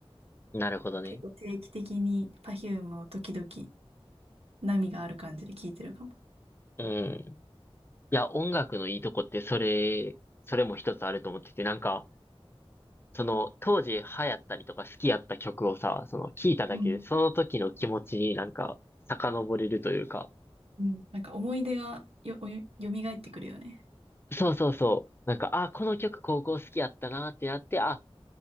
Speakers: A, on the left; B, on the right.
A: なるほどね。
B: 結構定期的に Perfume を時々波がある感じで聴いてるかも。
A: うん。いや、音楽のいいとこって、それ、それも一つあると思ってて、なんか、その、当時流行ったりとか好きやった曲をさ、その、聴いただけで、
B: うん。
A: その時の気持ちになんか、遡れるというか、
B: うん。なんか思い出がよ、よ、蘇ってくるよね。
A: そうそうそう。なんか、あ、この曲高校好きやったなってなって、あ、